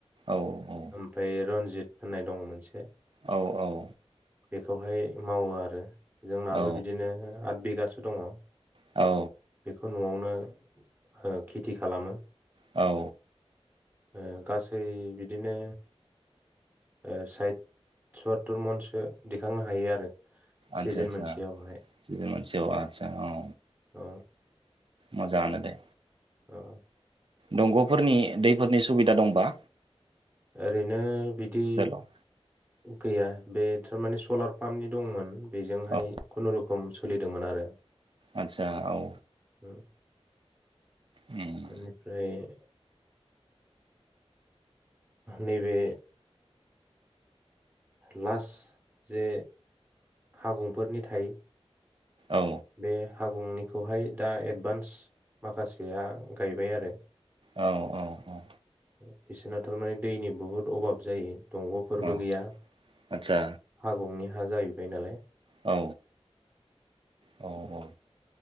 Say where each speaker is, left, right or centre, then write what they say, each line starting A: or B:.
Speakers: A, on the right; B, on the right.
A: औ
B: ओमफाय रनजिद जिथ होननाय दङ मोनसे
A: औ औ
B: बेखौहाय मावो आरो। जोंनाबो
A: औ
B: बिदिनो आथ बिगासो दङ।
A: औ
B: बेखौ न'आवनो ओ खेथि खालामो।
A: औ
B: ओ गासै बिद बिदिनो ओ साइद सत्तुर मनसो दिखांनो हाय आरो। सिजेन
A: आनसा
B: मोनसेयावहाय
A: सा मोनसेआव आनसा औ
B: औ
A: मजांआनो दे
B: औ
A: दंग'फोरनि दैफोरनि सुबिदा दंबा
B: ओरैनो नो बिदि
A: सेलाव
B: गैया बे थारमाने सलार पामनि दंमोन बेजोंहाय
A: औ
B: खुनुरुखुम सोलिदोंमोन आरो।
A: आथसा औ
B: उम
A: उम
B: बेनिफ्राय नैबे लास जे हागंफोरनि थायो।
A: औ
B: बे फागुंनिखौहाय दा एडभान्स माखासेया गायबाय आरो
A: औ औ औ
B: बिसोना थारमाने दैनि बुहुद अभाब जायो दंगफोरबो
A: औ
B: गैया
A: आदसा
B: हागंनि हा जाहैबाय नालाय
A: औ औ औ